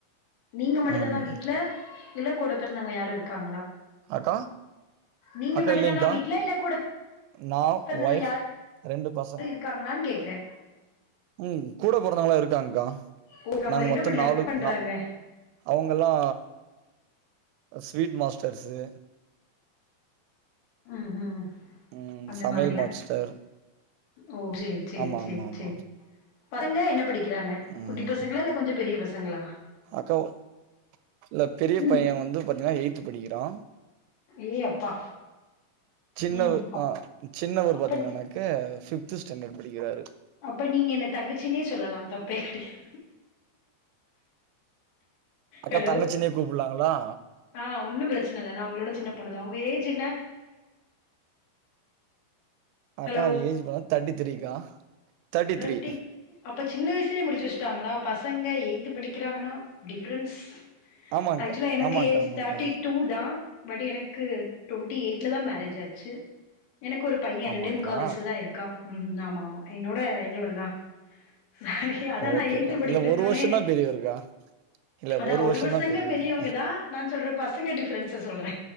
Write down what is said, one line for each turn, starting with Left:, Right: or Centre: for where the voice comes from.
Left: நீங்க மட்டு
Right: ம்
Left: தானா வீட்ல இல்ல கூட பெறந்தவங்க யாரும் இருக்காங்களா
Right: அக்கா
Left: நீங்க
Right: அக்கா
Left: மட்டு
Right: இல்லைங்க்கா
Left: தானா வீட்ல இல்ல கூட
Right: நா
Left: பிறந்தவங்க
Right: ஒய்ஃப் ரெண்டு பசங்
Left: யாரு இருக்காங்களான் கேக்றே
Right: உம் கூட பொறந்தங்களா இருக்காங்க்கா
Left: ஓ இருக்காங்களா
Right: நாங்க
Left: என்ன
Right: மொத்தோ
Left: படிக்கிறாங்க
Right: நாலு
Left: பண்றாங்க
Right: நா அவங்கல்லா ஸ்வீட் மாஸ்டர்ஸு
Left: ம் ஹூம்
Right: ம்
Left: அந்த
Right: சமையல்
Left: மாதிரியா
Right: மாஸ்டர்
Left: ஓ செரி செரி
Right: ஆமா
Left: செரி
Right: ஆமா ஆமா
Left: செரி பசங்க என்ன படிக்கிறாங்க
Right: ம்
Left: குட்டி பசங்களா இல்ல கொஞ்சோ பெரிய பசங்களா
Right: அக்கா ஒர் இல்ல பெரிய
Left: ம்
Right: பைய வந்து பாத்தீங்ன்னா எய்த் படிக்கிறா
Left: ஏ அப்பா
Right: சின்னவர்
Left: ம் அப்
Right: ஆ சின்னவர்
Left: அப்ப
Right: பாத்தீங்கனானக்க பிஃப்து ஸ்டாண்டர்ட் படிக்கிறாரு
Left: அப்ப நீங்க என்ன தங்கச்சினே சொல்லலா தப்பே கெடயா
Right: அக்கா
Left: ஹலோ
Right: தங்கச்சினே கூப்புலாங்களா
Left: ஆ ஒன்னு பிரச்சன இல்ல நா உங்ளோட சின்ன பொண்ணுதா உங்க ஏஜ் என்ன
Right: அக்கா
Left: ஹலோ
Right: ஏஜ் பா தேட்டி த்ரீக்கா தேர்ட்டி
Left: தேட்டி
Right: த்ரீ
Left: அப்ப சின்ன வயசுலயே முடிச்சு வச்சுட்டாங்களா பசங்க எய்த் படிக்கிறாங்கன்னா டிஃப்ரென்ஸ்
Right: ஆமாங்க்கா
Left: ஆக்சுவலா எனக்கு
Right: ஆமாங்க்கா
Left: ஏஜ்
Right: ஆமாங்க்கா
Left: தட்டி டூ தா பட் எனக்கு டுவென்டி எயிட்ல தா மேரேஜ் ஆச்சு எனக்கு ஒரு பைய
Right: ஆமாங்களா
Left: ரெண்டே முக்கா வயசுலதா இருக்கா ம் ஆமா ஆமா என்னோட இளையவருதா சாரி அதா
Right: ஓகேக்கா
Left: நா ஏய்த் படிக்குறனோனே
Right: இல்ல வருஷம் தான் பெரியவருக்கா. இல்ல
Left: அதா
Right: வருஷம்
Left: ஒரு வருஷங்க
Right: தான் பெரியவங்க.
Left: பெரியவங்கதா நா சொல்ற பசங்க டிஃப்ரன்ஸ்ச சொல்ற